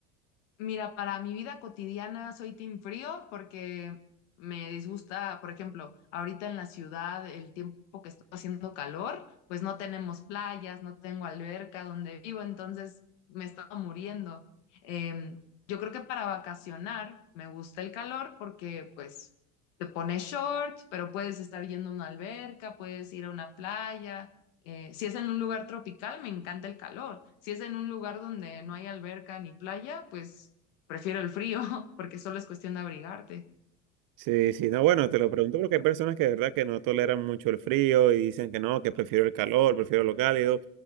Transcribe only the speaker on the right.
Sí, sí, no, bueno, te lo pregunto porque hay personas que de verdad que no toleran mucho el frío y dicen que no, que prefiero el calor, prefiero lo cálido.